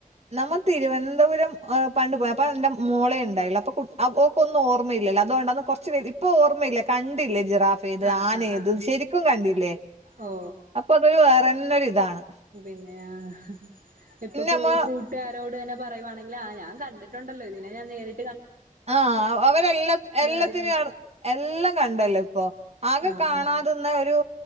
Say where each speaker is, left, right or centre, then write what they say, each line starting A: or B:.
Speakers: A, on the right; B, on the right.
A: നമ്മ തിരുവർന്തപുരം പണ്ട് പോയി അപ്പ എന്റെ മോളെ ഉണ്ടായുള്ളു അപ്പൊ കു അപ്പോക്കൊന്നും ഓർമ്മലല്ലോ അതൊണ്ടന്ന്. കൊറച്ച് വൈ ഇപ്പൊ ഓർമ്മല്ലേ. കണ്ടില്ലേ ജിറാഫേത്
B: ആഹ്
A: ആനേത്
B: ആഹ് ആഹ്
A: ശരിക്കു കണ്ടില്ലേ
B: ഓ
A: അപ്പൊ അത് വേറെ. ന്ന്നൊരിതാണ്.
B: പിന്നെ ആഹ് ഇപ്പ കൂ
A: നമ്മ
B: കൂട്ടാരോടന്നെ. പറയുവാണെങ്കില് ആ ഞാ കണ്ടിട്ടുണ്ടല്ലോ തിനെ ഞാ നേരി
A: ആഹ് അവരെല്ലാം എല്ലാത്തിനും
B: ഒരു
A: എല്ലാം കണ്ടല്ലോ ഇപ്പൊ ആകെ
B: ആഹ്
A: കാണാ തിന്നഒരു